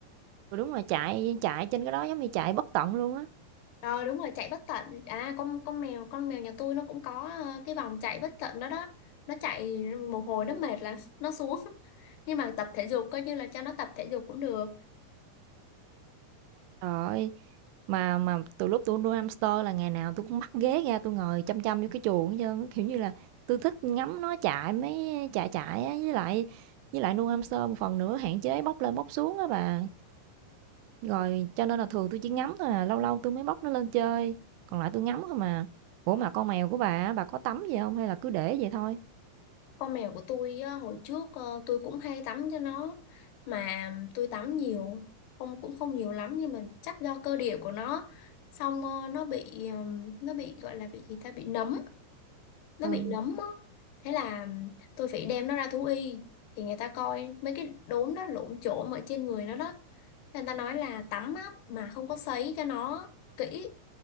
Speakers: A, on the right; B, on the left.
A: Ừ, đúng rồi, chạy chạy trên cái đó giống như chạy bất tận luôn á.
B: Rồi đúng rồi chạy bất tận. À con con mèo con mèo nhà tôi nó cũng có ờ, cái vòng chạy bất tận đó đó. Nó chạy một hồi nó mệt là nó xuống. <laughs> Nhưng mà tập thể dục coi như là cho nó tập thể dục cũng được.
A: Trời ơi, mà mà từ lúc tôi nuôi hamster là ngày nào tôi cũng bắt ghế ra tôi ngồi chăm chăm vô cái chuồng hết trơn á, kiểu như là, tôi thích ngắm nó chạy mấy chạy chạy á, với lại với lại nuôi hamster một phần nữa hạn chế bốc lên bốc xuống á bà. Rồi cho nên là thường tôi chỉ ngắm thôi à, lâu lâu tôi mới bốc nó lên chơi, còn lại tôi ngắm thôi mà. Ủa, mà con mèo của bà á, bà có tắm gì không hay là cứ để vậy thôi?
B: Con mèo của tôi á, hồi trước ờ, tôi cũng hay tắm cho nó mà tôi tắm nhiều không cũng không nhiều lắm nhưng mà chắc do cơ địa của nó xong ờ, nó bị ừm, nó bị gọi là bị gì ta bị nấm nó
A: Ừ.
B: bị nấm á thế là tôi phải đem nó ra thú y thì người ta coi mấy cái đốm đó lổm chổm ở trên người nó đó người ta nói là tắm á mà không có sấy cho nó kỹ